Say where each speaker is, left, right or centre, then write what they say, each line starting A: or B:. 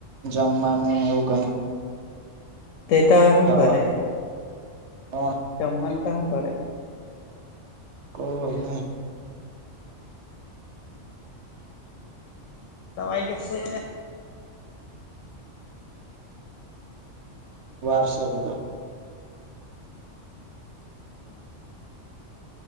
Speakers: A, on the right; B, on the left.
A: જમવાનું ને એવું કઈ.?
B: તેતાઓ હું
A: ખાવા
B: કરે
A: કોણ
B: સમાનતા હું કરે.
A: કો હોય.
B: જવાઈ કેશે.
A: વાર છે‌ અજુ તો.
B: હમ.